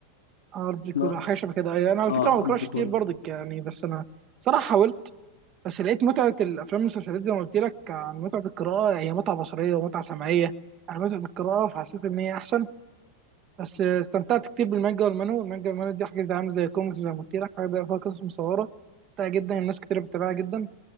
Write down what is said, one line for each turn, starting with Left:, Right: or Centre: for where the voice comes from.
Right: أرض
Left: اسمها
Right: كلها حاجة شبه كده أيوه أنا على
Left: اه
Right: فكرة ما بقراش
Left: ارض زيكولا
Right: كتير برضك يعني بس أنا صراحة حاولت بس لقيت متعة الأفلام والمسلسلات زي ما قلت لك عن متعة القراءة هي متعة بصرية ومتعة سمعية عن متعة القراءة فحسيت إن هي أحسن بس استمتعت كتير بالمانجا والمانو المانجا والمانو دي حاجة زي عاملة زي كوميكس زي ما قلت لك حاجة بيبقى فيها قصص مصورة ممتعة جدا الناس كتير بتتابعها جدا